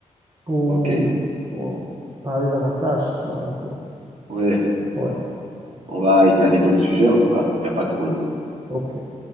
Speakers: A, on the right; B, on the right.
A: pour,
B: ok.
A: euh, parler davantage. Donc, euh,
B: Ouais,
A: ouais,
B: on va étaler d'autres sujets en tout cas. Il n'y a pas de problème.
A: ok.